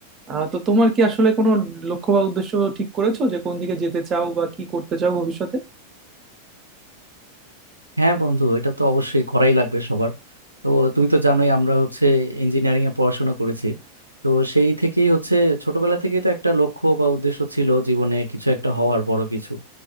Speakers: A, on the right; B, on the right.
A: আহ, তো তোমার কি আসলে কোনো লক্ষ্য বা উদ্দেশ্য ঠিক করেছো যে কোন দিকে যেতে চাও বা কি করতে চাও ভবিষ্যতে
B: হ্যাঁ বন্ধু এটা তো অবশ্যই করাই লাগবে সবার তো তুমি তো জানোই আমরা হচ্ছে ইঞ্জিনিয়ারিং এ পড়াশোনা করেছি তো সেই থেকেই হচ্ছে ছোটবেলা থেকেই তো একটা লক্ষ্য বা উদ্দেশ্য ছিল জীবনে কিছু একটা হওয়ার বড় কিছু